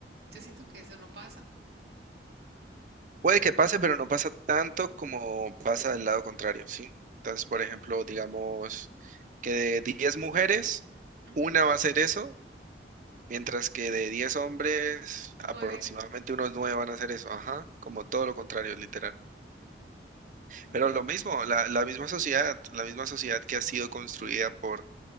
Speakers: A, on the right; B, on the right.
A: Yo siento que eso no pasa.
B: Puede que pase, pero no pasa tanto como pasa del lado contrario, ¿sí? Entonces, por ejemplo, digamos que de 10 mujeres,
A: Ujú.
B: una va a hacer eso Mientras que de 10 hombres, aproximadamente
A: Nueve.
B: unos 9 van a hacer eso. Ajá, como todo lo contrario, literal.
A: Mm,
B: Pero lo
A: bueno,
B: mismo, la, la misma sociedad, la misma sociedad que ha sido construida por